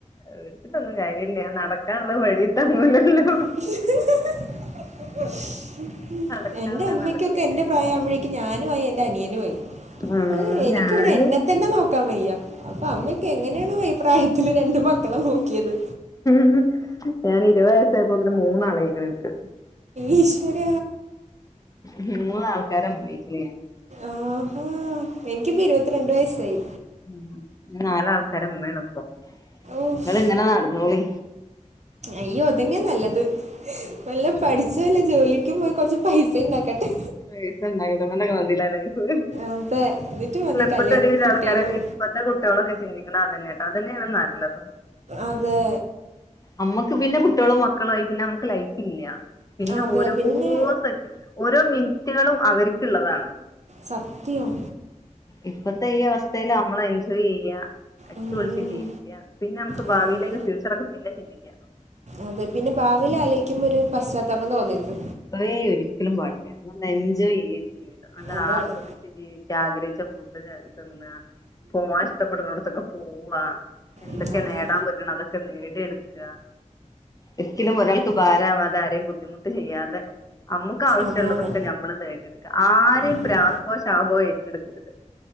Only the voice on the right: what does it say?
<inaudible>
എന്റെ അമ്മയ്ക്കൊക്കെ
എന്റെ പ്രായാമ്പഴേ എനിക്ക് ഞാനുവായി എന്റെ അനിയനും ആയി
ഈഹ് എനിക്കിവിടെ
എന്നെ തന്നെ നോക്കാൻ വയ്യ അപ്പൊ അമ്മയൊക്കെ എങ്ങനെയാണോ ഈ പ്രായത്തില് രണ്ട് മക്കളെ നോക്കിയത്.
ഈശ്വര
ആഹ്‌ ഹാ എനിക്കിപ്പോ ഇരുപത്തിരണ്ട് വയസ്സായി.
ഓഫ്,
അയ്യോ അതന്നെ നല്ലത് <inaudible> വല്ലോം പഠിച്ച് വെല്ല ജോലിക്കും പോയി കൊറച്ച് പൈസണ്ടാക്കട്ടെ
അതെ എന്നിട്ട് മതി
കല്യാണം
കുട്ടികളും
അതെ.
അതെ
പിന്നെ
സത്യം.
ഉം.
അതന്നെ
അതെ, പിന്നെ ഭാവിലാലോയ്ക്കുമ്പോ ഒര് പശ്ചാത്താപം തോന്നരുത്.
അതാണ്
ഉം, അതെ
അതാണ്
ഉം.